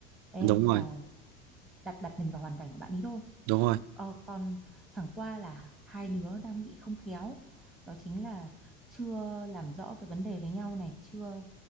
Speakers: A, in the centre; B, on the right.
A: em
B: đúng rồi đúng rồi
A: vào đặt đặt mình vào hoàn cảnh của bạn ấy thôi
B: đúng rồi
A: ờ, còn chẳng qua là hai đứa đang bị không khéo đó chính là chưa làm rõ cái vấn đề với nhau này chưa